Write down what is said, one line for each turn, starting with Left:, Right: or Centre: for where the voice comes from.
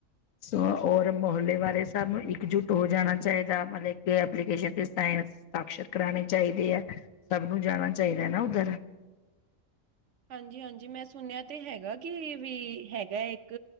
Left: ਸ ਔਰ ਮੁਹੇ ਵਾਲਾਰੇ ਸਭ ਨੂੰ ਇੱਕਜੁੱਟ ਹੋ ਜਾਣਾ ਚਾਹੀਦਾ, ਮਤਲਬ ਕਿ ਐਪਲੀਕੇਸ਼ਨ ਤੇ ਸਾਕਸ਼ਤ ਕਰਾਉਣੇ ਚਾਹੀਦੇ ਆ, ਸਭ ਨੂੰ ਜਾਣਾ ਚਾਹੀਦਾ ਨਾ ਉੱਧਰ
Right: ਹਾਂਜੀ-ਹਾਂਜੀ ਮੈਂ ਸੁਣਿਆ ਤੇ ਹੈਗਾ ਕਿ ਵੀ ਹੈਗਾ ਇੱਕ